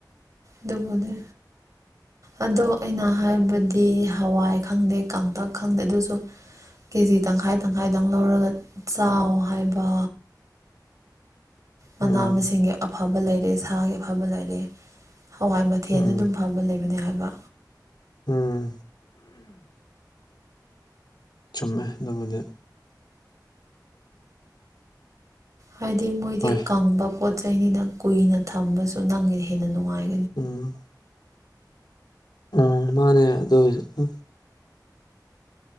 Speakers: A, on the right (about 50°); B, on the left (about 70°).
A: ꯑꯗꯨꯕꯗꯤ ꯑꯗꯣ ꯑꯩꯅ ꯍꯥꯏꯕꯗꯤ ꯍꯋꯥꯏ ꯈꯪꯗꯦ ꯀꯥꯡꯇꯛ ꯈꯪꯗꯦ ꯑꯗꯨꯁꯨ ꯀꯦꯖꯤ ꯇꯪꯈꯥꯏ ꯇꯪꯈꯥꯏꯗꯪ ꯂꯧꯔꯒ ꯆꯥꯎ ꯍꯥꯏꯕ
B: <inaudible>
A: ꯃꯅꯥ
B: ꯎꯝ
A: ꯃꯁꯤꯡꯒꯤ ꯑꯐꯕ ꯂꯩꯔꯦ ꯁꯥꯒꯤ ꯑꯐꯕ ꯂꯩꯔꯦ ꯍꯋꯥꯏ ꯃꯊꯦꯜ
B: ꯎꯝ
A: ꯑꯗꯨꯝ ꯐꯕ ꯂꯩꯕꯅꯦ ꯍꯥꯏꯕ
B: ꯎꯝ ꯆꯨꯝꯃꯦ ꯑꯗꯨꯕꯨꯗꯤ
A: ꯍꯥꯏꯗꯤ ꯃꯣꯏꯗꯤ
B: ꯍꯣꯏ
A: ꯀꯪꯕ ꯄꯣꯠ ꯆꯩꯩꯅꯤꯅ ꯀꯨꯏꯅ ꯊꯝꯕꯁꯨ ꯅꯪꯅ ꯍꯦꯟꯅ ꯅꯨꯡꯉꯥꯏ
B: ꯎꯝ ꯎꯝ ꯃꯥꯅꯦ ꯑꯗꯨꯑꯣꯢꯁꯨ